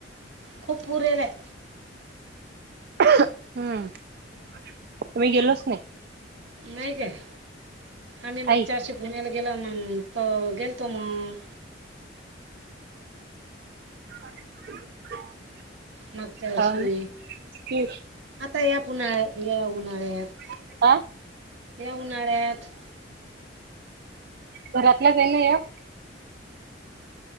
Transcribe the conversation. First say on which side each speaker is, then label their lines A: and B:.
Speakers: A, on the right (about 75°); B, on the right (about 55°).
A: खूप पुर यायला आलाय
B: हम्म गेलोच नाही
A: नाही काय आम्ही मागच्या
B: आई.
A: वर्षी पुण्याला गेलो तर गेलतो मग
B: <unintelligible>
A: मागच्या वर्षी
B: हो ना. आ
A: आता या उन्हाळ या उन्हाळ्यात
B: <unintelligible>
A: या उन्हाळ्यात
B: घरातलंच नाही या